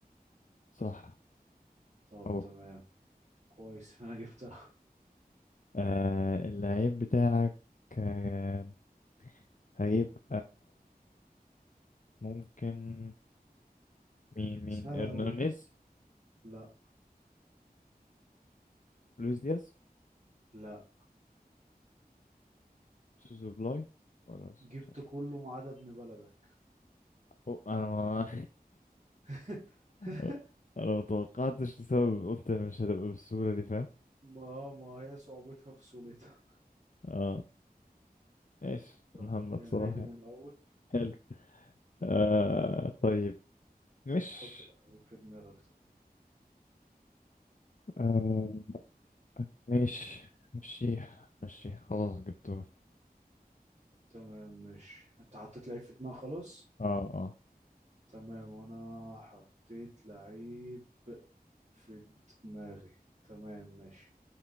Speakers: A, on the left; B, on the right.
A: صح
B: طب
A: اهو
B: تمام كويس إن انا جبتها
A: آه اللعيب بتاعك آه هيبقى ممكن مين مين
B: <laughs> سهلة
A: ارنانيز
B: اوي لا
A: لويس دياز
B: لا
A: سوسو بلاي ولا س-
B: جبت
A: مش عارف
B: كله ما عدا ابن بلدك
A: أو انا ما
B: <laughs>
A: <laughs> انا ما توقعتش لسبب قلت مش هتبقى بالسهولة دي فاهم
B: ما ما هي صعوبتها في سهولتها
A: اه ايش
B: آه،
A: محمد
B: يعني
A: صلاح
B: نعيده
A: يعني
B: من الاول
A: حلو آه طيب مش
B: حط لعيب في دماغك طب
A: آه ماشي مشيها مشيها خلاص جبته
B: تمام ماشي انت حطيت لعيب في دماغك خلاص
A: اه اه
B: تمام وانا حطيت لعيب في دماغي تمام ماشي